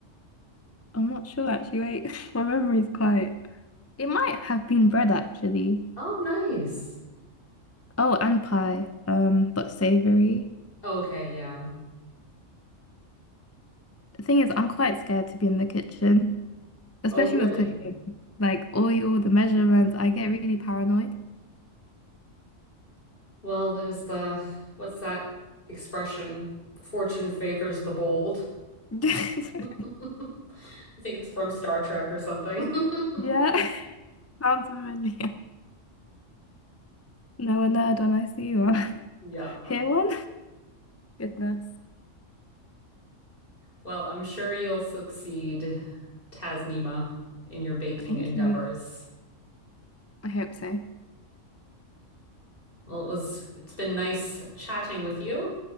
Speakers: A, on the left (about 20°); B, on the left (about 45°).
A: I'm not sure, actually, wait. <laughs> My memory's quite. It might have been bread, actually.
B: Oh, nice.
A: Oh, and pie, um, but savory.
B: Okay, yeah.
A: The thing is, I'm quite scared to be in the kitchen, especially
B: Oh, really?
A: with cooking. Like oil, the measurements, I get really paranoid.
B: Well, there's the, what's that expression? Fortune favors the bold.
A: <laughs>
B: <laughs> I think it's from Star Trek or something. <laughs>
A: Yeah, <laughs> sounds familiar. No, a nerd when I see one.
B: Yeah.
A: <laughs> Hear one? Goodness.
B: Well, I'm sure you'll succeed, Tasnima, in your baking
A: Thank
B: endeavors.
A: you. I hope so.
B: Well, it was, it's been nice chatting with you.